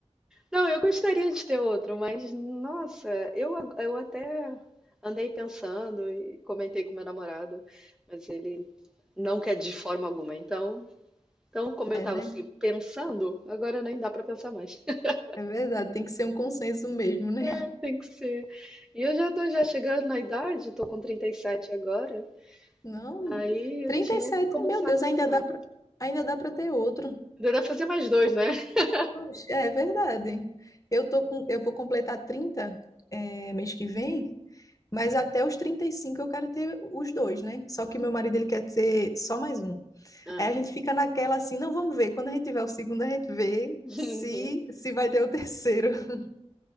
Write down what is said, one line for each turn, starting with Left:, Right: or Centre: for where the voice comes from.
Centre: Não, eu gostaria de ter outro, mas nossa, eu, a- eu até andei pensando e comentei com meu namorado, mas ele não quer de forma alguma. Então, então como
Left: É,
Centre: eu estava
Left: né?
Centre: assim pensando, agora nem dá para pensar mais. <laughs>
Left: É verdade, tem que ser um consenso mesmo, né?
Centre: É, tem que ser. E eu já tô já chegando na idade, tô com 37 agora,
Left: Não,
Centre: aí
Left: Trinta
Centre: eu tinha
Left: e sete.
Centre: que começar
Left: meu Deus,
Centre: a pensar.
Left: ainda dá pra, ainda dá para ter outro.
Centre: Ainda dá pra fazer mais dois, né? <laughs>
Left: Poxa, é verdade. Eu tô com, eu vou completar trinta é, mês que vem. Mas até os 35 eu quero ter os dois, né? Só que meu marido ele quer ter só mais um.
Centre: Ah.
Left: Aí a gente fica naquela assim, não, vamos ver. Quando a gente tiver o segundo, a gente vê
Centre: <laughs>
Left: se
Centre: Uhum.
Left: se vai ter o terceiro. <laughs>